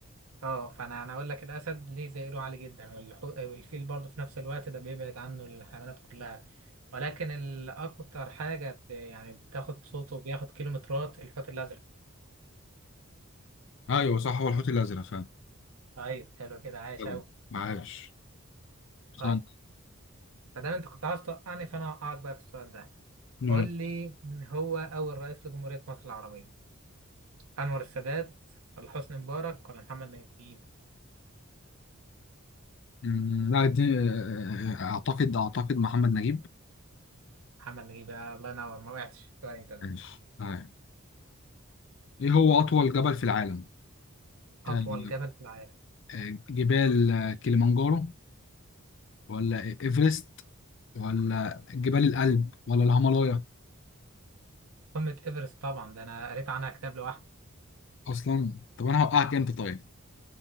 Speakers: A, on the right (about 80°); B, on the left (about 55°).
A: اه فأنا أنا أقول لك الأسد ليه زئيره عالي جدا والحو... والفيل برضه في نفس الوقت ده بيبعد عنه الحيوانات كلها ولكن الأكتر حاجة ب- يعني بتاخد صوته بياخد كيلومترات الحوت الأزرق
B: ايوه صح هو الحوت الازرق فعلا
A: طيب حلو كده عايش
B: يلا
A: أوي
B: معاش
A: طيب
B: سنت.
A: فدام أنت كنت عاوز توقعني فأنا هوقعك بقى في السؤال ده
B: نعم.
A: قول لي من هو أول رئيس لجمهورية مصر العربية أنور السادات ولا حسني مبارك ولا محمد نجيب
B: أمم، لا دي آه، أعتقد أعتقد محمد نجيب
A: محمد نجيب آه، الله ينور ما وقعتش سؤال أنت ده
B: ماشي تمام. إيه هو أطول جبل في العالم؟
A: أطول
B: آه،
A: جبل في العالم
B: آه، جبال آه، كليمانجارو ولا إيفرست ولا جبال الألب ولا الهيمالايا
A: قمة إيفرست طبعا ده أنا قريت عنها كتاب لوحدي
B: أصلا طب أنا هوقعك أنت طيب